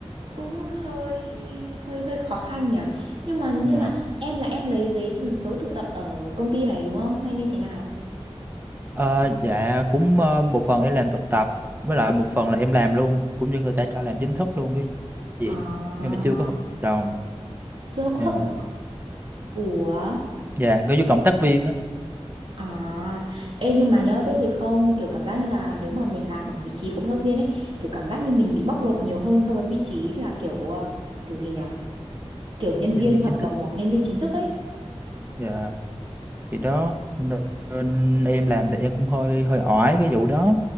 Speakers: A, on the right (about 55°); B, on the right (about 20°).
A: cũng hơi hơi hơi khó khăn nhở nhưng mà nhưng
B: Dạ.
A: mà em là em lấy giấy ừ, dấu thực tập ở công ty này đúng không hay như thế nào
B: Ờ, dạ cũng ờ, một phần em làm thực tập với lại một phần là em làm luôn cũng như người ta cho làm chính thức luôn cái gì
A: à
B: nhưng mà chưa có hợp đồng
A: chưa có
B: Dạ
A: hợp đồng ủa
B: dạ, có như cộng tác viên á
A: à ê nhưng mà nhớ biết gì không kiểu cảm giác như là nếu mà mình làm ở vị trí cộng tác viên ấy kiểu cảm giác như mình bị bóc lột nhiều hơn so với vị trí là kiểu ờ, kiểu gì nhỉ kiểu nhân
B: nhân
A: viên
B: viên chính
A: hợp
B: thức
A: đồng hoặc nhân viên chính thức ấy
B: dạ thì đó nên em làm thì em cũng hơi hơi oải cái vụ đó